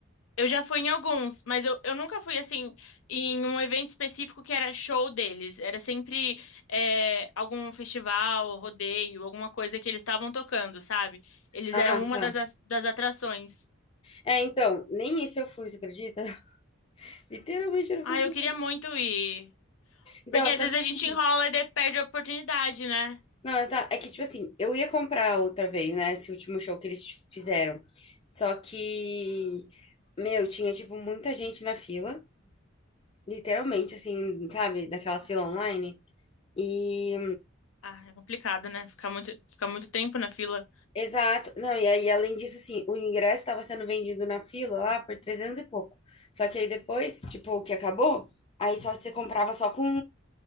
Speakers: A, on the left; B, on the left.
A: Eu já fui em alguns, mas eu, eu nunca fui assim em um evento específico que era show deles. Era sempre é, algum festival, rodeio, alguma coisa que eles estavam tocando, sabe? Eles
B: Ah,
A: eram uma
B: tá.
A: das, as- das atrações.
B: É, então, nem isso eu fui, você acredita? <laughs> Literalmente eu não
A: Ah,
B: fiz
A: eu
B: nada.
A: queria muito ir.
B: Então,
A: Porque às
B: eu tava...
A: vezes a gente
B: bem.
A: enrola e daí perde a oportunidade, né?
B: Não, exa- é que, tipo assim, eu ia comprar outra vez, né, esse último show que eles fizeram, só que, meu, tinha, tipo, muita gente na fila, Literalmente, assim, sabe? Daquelas filas online. E,
A: Ah, é complicado, né? Ficar muito, ficar muito tempo na fila.
B: exato. Não, e aí, além disso, assim, o ingresso estava sendo vendido na fila lá por 300 e pouco. Só que aí depois, tipo, o que acabou, aí só você comprava só com,